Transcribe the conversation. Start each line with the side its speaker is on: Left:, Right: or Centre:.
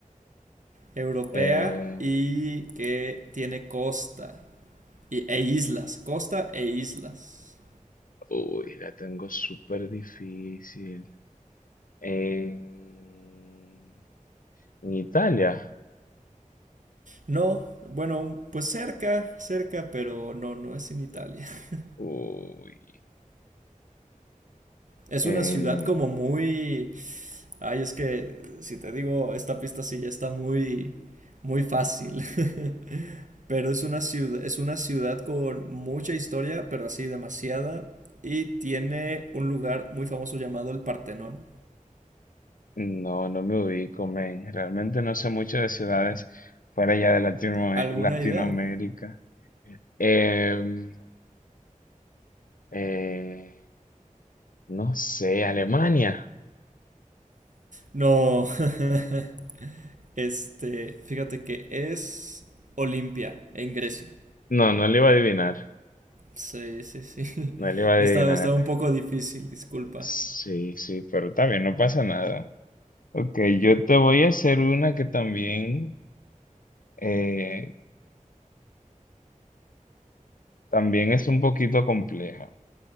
Right: europea
Left: Eh,
Right: y que tiene costa y, e islas, costa e islas.
Left: uy, la tengo súper difícil. En, en Italia.
Right: No, bueno, pues cerca, cerca, pero no, no es en Italia. <laughs>
Left: Uy.
Right: Es
Left: eh,
Right: una ciudad como muy... Ay, es que si te digo, esta pista sí ya está muy, muy fácil. <laughs> Pero es una ciudad, es una ciudad con mucha historia, pero así demasiada, y tiene un lugar muy famoso llamado el Partenón.
Left: no, no me ubico, men. Realmente no sé mucho de ciudades fuera ya de Latino-
Right: ¿Alguna
Left: Latinoamérica.
Right: idea?
Left: Em, eh, no sé, Alemania.
Right: No. <laughs> Este, fíjate que es Olimpia, en Grecia.
Left: No, no le iba a adivinar.
Right: Sí, sí, sí. <laughs>
Left: No le iba a adivinar.
Right: Está, está un poco difícil, disculpa.
Left: Sí, sí, pero está bien, no pasa nada. Ok, yo te voy a hacer una que también, eh, también es un poquito compleja.